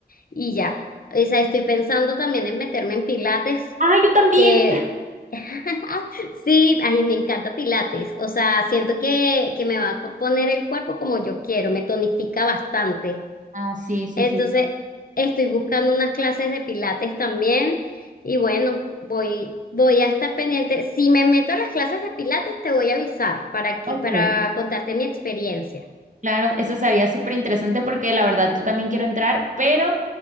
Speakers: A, on the left; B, on the right.
A: y ya. O sea, estoy pensando también en meterme en pilates,
B: Ah, yo también.
A: que <laughs> sí, ay, me encanta pilates. O sea, siento que, que me va a poner el cuerpo como yo quiero, me tonifica bastante.
B: Ah, sí, sí,
A: Entonces,
B: sí.
A: estoy buscando unas clases de pilates también y bueno, voy, voy a estar pendiente. Si me meto a las clases de pilates, te voy a avisar para que,
B: Ok.
A: para contarte mi experiencia.
B: Claro, eso sería súper interesante porque la verdad yo también quiero entrar, pero